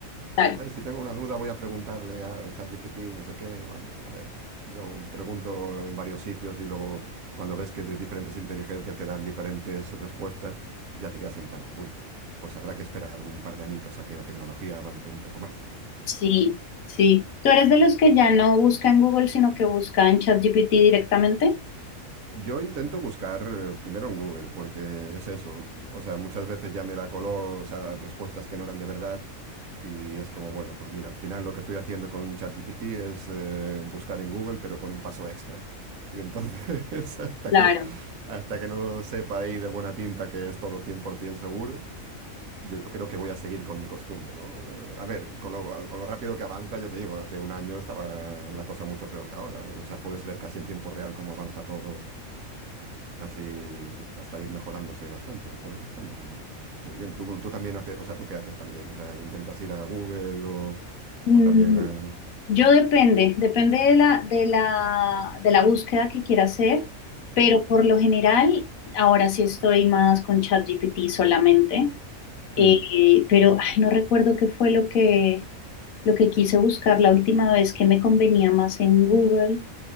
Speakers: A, on the left (about 80°); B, on the right (about 80°).
A: Claro.
B: Ay, si tengo una duda voy a preguntarle a ChatGPT, no sé qué. Bueno, a ver, yo pregunto en varios sitios y luego cuando ves que de diferentes inteligencias te dan diferentes respuestas, ya te quedas en plan, uy, pues habrá que esperar un par de añitos a que la tecnología avance un poco más.
A: Sí, sí. ¿Tú eres de los que ya no busca en Google, sino que busca en ChatGPT directamente?
B: Yo intento buscar eh, primero en Google, porque es eso, o sea, muchas veces ya me la coló, o sea, respuestas que no eran de verdad Y es como, bueno, pues mira, al final lo que estoy haciendo con ChatGPT es eh, buscar en Google, pero con un paso extra. Y entonces, <laughs> hasta
A: Claro.
B: que, hasta que no sepa ahí de buena tinta que es todo 100% seguro, yo creo que voy a seguir con mi costumbre, ¿no? Eh, a ver, con lo, con lo rápido que avanza, yo te digo, hace un año estaba la cosa mucho peor que ahora. O sea, puedes ver casi en tiempo real cómo avanza todo Así hasta ir mejorándose bastante, lo cual está muy, muy bien. Tú, tú también haces, o sea, ¿tú qué haces también? O sea, ¿intentas ir a Google o,
A: Mm,
B: o también a...
A: Yo depende, depende de la, de la, de la búsqueda que quiera hacer, pero
B: Mm,
A: por lo general, ahora sí estoy más con ChatGPT solamente, eh,
B: mm,
A: pero ay, no recuerdo qué fue lo que, lo que quise buscar la última vez que me convenía más en Google.